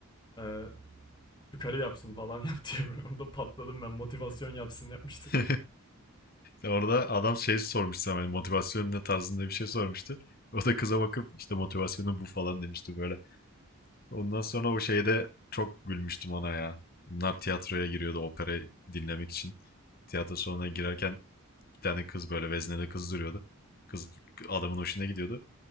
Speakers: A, on the left; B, on the left.
A: eee şu yapsın falan <laughs> yap diye böyle orada patladım ben. Motivasyon yapsın yapmıştı.
B: <laughs> Orada adam şey sormuştu, sana hani motivasyon ne tarzında bir şey sormuştu. O da kıza bakıp işte motivasyonu bu falan demişti böyle. Ondan sonra o şeyde çok gülmüştüm ona ya. Bunlar tiyatroya giriyordu opera dinlemek için. Tiyatro salonuna girerken Bir tane kız böyle veznede kız duruyordu. Kız adamın hoşuna gidiyordu.